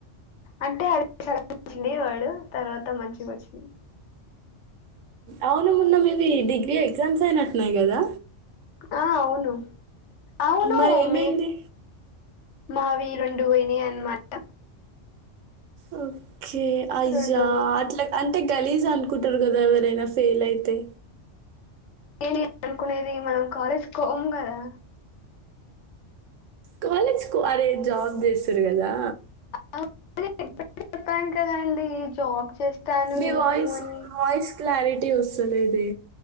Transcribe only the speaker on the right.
అవును మొన్న మీవి డిగ్రీ ఎగ్జామ్స్ అయినట్టున్నాయి కదా
మరి ఏమైంది
ఓ కే అయ్యా
అట్లాగ్ అంటే గలీజ్ అనుకుంటురు కదా ఎవరైనా ఫేలైతే
కాలేజ్ కు అరే జాబ్ చేస్సురు గదా
మీ
వాయిస్
వాయిస్ క్లారిటీ వస్సలేదే